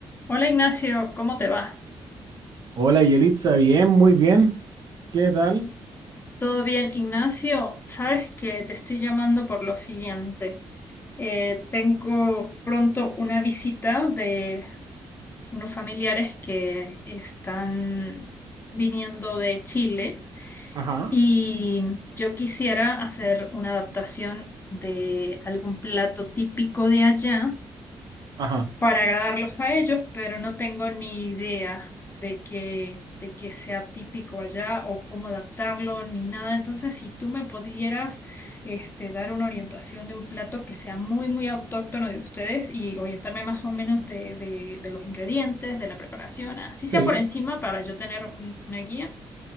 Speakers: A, on the left (about 30°); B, on the right (about 60°).
A: Hola Ignacio, ¿cómo te va?
B: Hola Yelitza, bien, muy bien. ¿Qué tal?
A: ¿Todo bien, Ignacio? Sabes que te estoy llamando por lo siguiente. Eh, tengo pronto una visita de unos familiares que están viniendo de Chile
B: Ajá,
A: y yo quisiera hacer una adaptación de algún plato típico de allá
B: Ajá.
A: para agradarlos a ellos, pero no tengo ni idea de que, de que sea típico allá o cómo adaptarlo ni nada. Entonces, si tú me pudieras este, dar una orientación de un plato que sea muy, muy autóctono de ustedes y orientarme más o menos de, de, de los ingredientes, de la preparación, así sea
B: sí.
A: por encima para yo tener un- una guía.